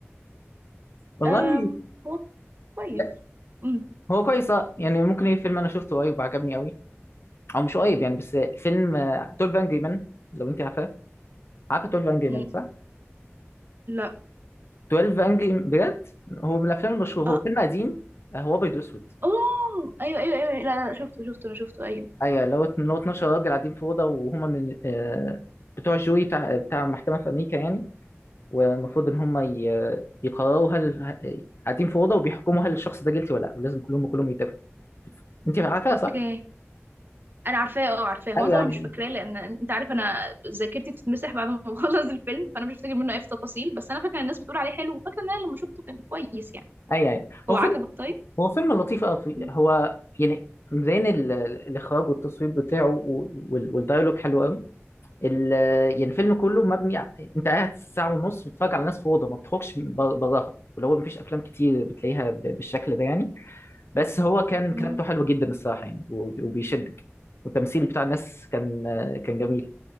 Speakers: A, on the left; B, on the right.
A: والله
B: أم هو كويس
A: لا
B: أم،
A: هو كويس اه يعني ممكن ايه فيلم انا شفته قريب وعجبني قوي او مش قريب يعني بس فيلم آه، 12 انجري مان لو انت عارفاه عارفه 12 انجري
B: أم،
A: مان صح؟
B: لا
A: 12 انجري بجد هو من الافلام المشهوره
B: اه
A: هو فيلم قديم آه، هو ابيض واسود
B: اوه ايوه ايوه ايوه أيوه. لا لا شفته شفته انا شفته ايوه
A: ايوه اللي هو اللي هو 12 راجل قاعدين في اوضه وهما من آه، بتوع الجوري بتاع بتاع محكمه في امريكا يعني والمفروض ان هما ي- يقرروا هل ه- قاعدين في اوضه وبيحكموا هل الشخص ده جيلتي ولا لا ولازم كلهم كلهم يتفقوا انت عارفها
B: اوكي
A: صح؟
B: انا عارفاه اه عارفاه هو
A: ايوه
B: أنا طبعا
A: ايوه
B: مش فاكراه لان انت عارف انا ذاكرتي بتتمسح بعد ما <laughs> بخلص الفيلم فانا مش فاكر منه اي تفاصيل بس انا فاكره إن الناس بتقول عليه حلو وفاكره ان انا لما شفته كان كويس يعني
A: ايوه أيوة.
B: هو
A: هو
B: عجبك
A: فيلم
B: طيب
A: هو فيلم لطيف قوي في-
B: مم.
A: هو يعني مبين ال- الاخراج والتصوير بتاعه و- وال- والدايلوج حلو قوي ال... يعني الفيلم كله مبني ع- انت قاعد ساعة ونص بتتفرج على ناس في أوضة ما بتخرجش من- بر- براها ولو هو مفيش أفلام كتير بتلاقيها ب... بالشكل ده يعني بس هو كان
B: مم.
A: كتابته حلوة جدا الصراحة يعني و- وبيشدك والتمثيل بتاع الناس كان كان جميل